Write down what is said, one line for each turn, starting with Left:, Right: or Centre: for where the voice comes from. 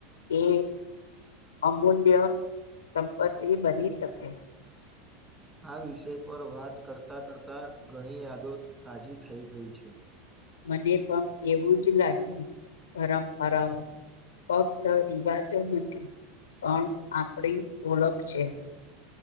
Left: એ અમૂલ્ય સંપત્તિ બની શકે
Right: આ વિષય પર વાત કરતાં કરતાં ઘણી યાદો તાજી થઈ ગઈ છે
Left: મને પણ એવું જ લાગ્યું પરંપરાઓ ફક્ત રિવાજો નથી પણ આપણી ઓળખ છે